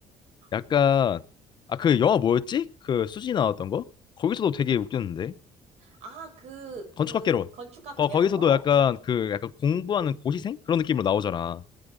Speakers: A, on the left; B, on the right.
A: 약간
B: 맞아.
A: 아 그 영화 뭐였지? 그 수지 나왔던 거? 거기서도 되게 웃겼는데.
B: 아, 그,
A: 건축학개론.
B: 그, 건축학개론,
A: 거 거기서도
B: 어.
A: 약간 그 약간 공부하는 고시생 그런 느낌으로 나오잖아.